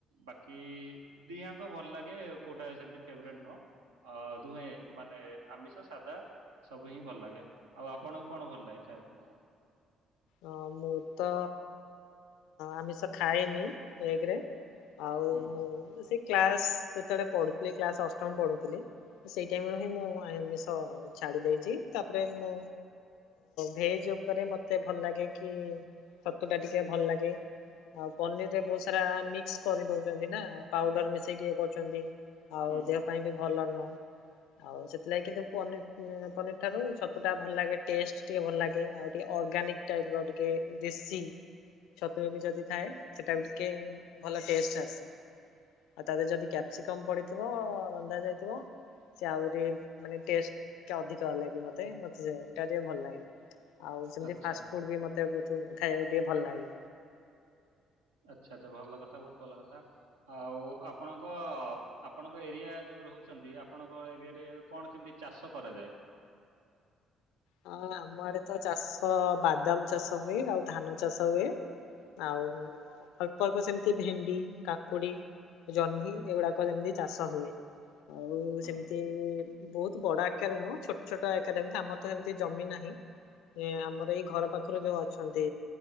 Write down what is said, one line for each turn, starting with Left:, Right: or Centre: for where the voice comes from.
Right: ବାକି ଦିହାଙ୍କ ଭଲ ଲାଗେ କଉଟା ସେମିତି ଫେବରେଟ୍ ନୁହଁ। ଅ ଦୁହେଁ ମାନେ ଆମିଷ ସାଦା। ସବୁ ହିଁ ଭଲ ଲାଗେ ଆଉ ଆପଣଙ୍କୁ କଣ ଭଲ ଲାଗେ ଖାଇବା ପାଇଁ?
Left: ଅ ମୁ ତ ଆମିଷ ଖାଏନି। ଏକରେ ଆଉ
Right: ହୁଁ ହୁଁ
Left: ମୁଁ କ୍ଲାସ ଯେତେବେଳେ ପଢୁଥିଲି କ୍ଲାସଅଷ୍ଟମ ପଢୁଥିଲି ସେଇଟାଇମରୁ ହିଁ ମୁଁ ଆମିଷ ଛା ଛାଡିଦେଇଚି ତାପରେ ମୁଁ ଭେଜ ଉପରେ ମତେ ଭଲ ଲାଗେ କି ଛତୁଟା ଟିକେ ଭଲ ଲାଗେ। ଆଉ ପନିର ରେ ବହୁତ ସାରା ମିକ୍ସକରି ଦଉଛନ୍ତି ନା ପାଉଡର ମିଶେଇକି ଇଏ କରୁଛନ୍ତି। ଆଉ
Right: ହୁଁ
Left: ଦେହ ପାଇଁ ବି ଭଲ ନୁହଁ। ଆଉ ସେଥିଲାଗି କିନ୍ତୁ ପନି ପନିରଠାରୁ ଛତୁ ଟା ଭଲ ଲାଗେ ଟେଷ୍ଟ ଟିକେ ଭଲ ଲାଗେ ଆଉ ଟିକେ ଅର୍ଗାନିକ ଟାଇପର ଟିକେ ଦେଶୀ ଛତୁବି ଯଦି ଥାଏ। ସେଟାବି ଟିକେ ଭଲ ଟେଷ୍ଟ ଆସେ। ଆଉ ତାଧିଅରେ ଯଦି କ୍ୟାପ୍ସିକମ ପଡିଥିବ ରନ୍ଧା ଯାଇଥିବ। ସେ ଆହୁରି ମାନେ ଟେଷ୍ଟ ଟିକେ ଅଧିକ ଲାଗେ ମତେ ମତେ ସେଟା ଟିକେ ଭଲ ଲାଗେ। ଆଉ ସେମିତି
Right: ଆଚ୍ଛା
Left: ଫାଷ୍ଟଫୁଡ୍ ବି ମତେ ଖାଇବାକୁ ଟିକେ ଭଲ ଲାଗେ।
Right: ଆଚ୍ଛା ଆଛା ଭଲ କଥା ବହୁତ ଭଲ କଥା ଆଉ ଆପଣଙ୍କ ଆପଣଙ୍କ ଏରିଆ ଯୋଉ ରହୁଛନ୍ତି ଆପଣଙ୍କ ଏରିଆରେ କଣ କେମିତି ଚାଷ କରାଯାଏ। <inaudible>
Left: ହଁ ଆମଆଡେ ତ ଚାଷ ବାଦାମ ଚାଷ ହୁଏ ଆଉ ଧାନ ଚାଷ ହୁଏ। ଆଉ ଅଳ୍ପ ଅଳ୍ପ ସେମିତି ଭେଣ୍ଡି କାକୁଡି ଜହ୍ନି ଏଗୁଡାକ ଯେମିତି ଚାଷ ହୁଏ। ଆଉ
Right: ହୁଁ
Left: ସେମିତି
Right: ହୁଁ
Left: ବହୁତ ବଡ ଆକାରରେ ନୁହଁ ଛୋଟ ଛୋଟ ଆକାର ବି ଆମର ତ ଏମିତି ଜମି ନାହିଁ। ଏ ଆମର ଏଇ ଘର ପାଖରୁ ଯୋଉ ଅଛନ୍ତି